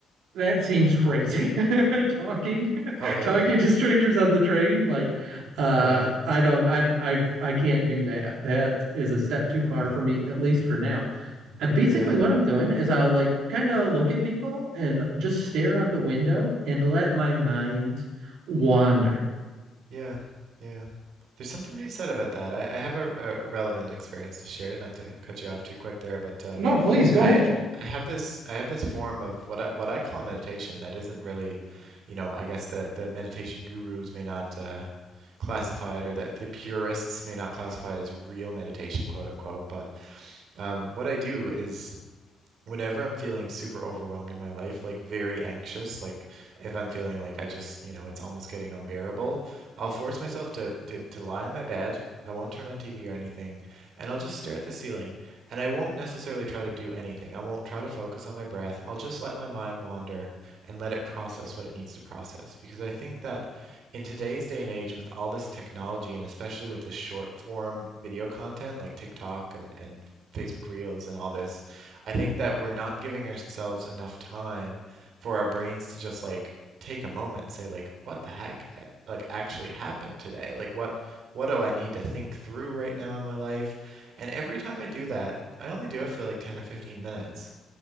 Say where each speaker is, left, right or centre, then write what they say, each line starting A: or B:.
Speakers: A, on the right; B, on the right.
A: that seems crazy. <laughs> Talking <laughs>
B: Oh, really?
A: talking to strangers on the train like uh
B: Yeah.
A: I don't I I I can't do that. That is a step too far
B: Okay.
A: for me at least for now. And basically,
B: Yeah.
A: what I'm doing is I'll like kind of look at people and just
B: hmm
A: stare out the window and let my mind
B: hmm
A: wander.
B: Yeah. Yeah. There's something to be said about that. I, I have a, a relevant experience to share, not to cut you off too quick there, but um,
A: No, please go
B: I
A: ahead.
B: I have this I have this form of what I what I call meditation that isn't really, you know, I guess the the meditation gurus may not uh, classify it, or the, the purists may not classify it as real meditation, quote unquote. But um, what I do is whenever I'm feeling super overwhelmed in my life, like very anxious, like if I'm feeling like I just, you know, it's almost getting unbearable, I'll force myself to, to, to lie in my bed. I won't turn on TV or anything, and I'll just stare at the ceiling. And I won't necessarily try to do anything. I won't try to focus on my breath. I'll just let my mind wander and let it process what it needs to process. Because I think that in today's day and age, with all this technology, and especially with this short form video content like TikTok and, and Facebook Reels and all this, I think that we're not giving ourselves enough time for our brains to just like take a moment and say like, what the heck a- like actually happened today? Like what what do I need to think through right now in my life? And every time I do that, I only do it for like 10 or 15 minutes,